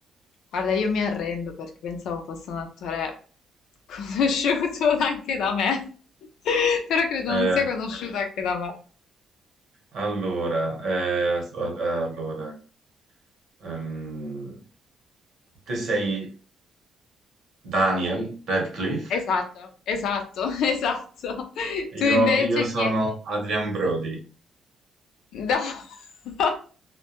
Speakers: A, on the left; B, on the right.
A: Guarda, io mi arrendo perché pensavo fosse un attore conosciuto <laughs> anche da me. <laughs> Però credo
B: Eh,
A: non sia conosciuto anche da me.
B: Allora, eh, s- eh, allora, ehm, te sei Daniel Radcliffe,
A: Esatto, esatto, <laughs> esatto. Tu
B: io,
A: invece
B: io sono
A: chi è?
B: Adrian Brody.
A: No. <laughs>